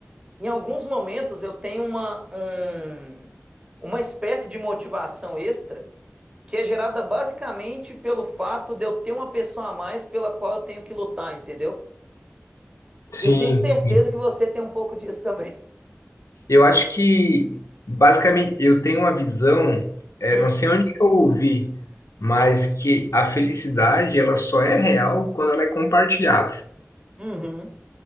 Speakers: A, on the right (about 20°); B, on the left (about 85°).
A: Em alguns momentos eu tenho uma, um- uma espécie de motivação extra que é gerada basicamente pelo fato de eu ter uma pessoa a mais pela qual eu tenho que lutar, entendeu?
B: sim,
A: Eu tenho certeza
B: sim.
A: que você tem um pouco disso também.
B: Eu acho que, basicamente, eu tenho uma visão, é,
A: Hum,
B: não sei onde que eu ouvi, mas que a felicidade, ela só é real quando ela é compartilhada.
A: uhum.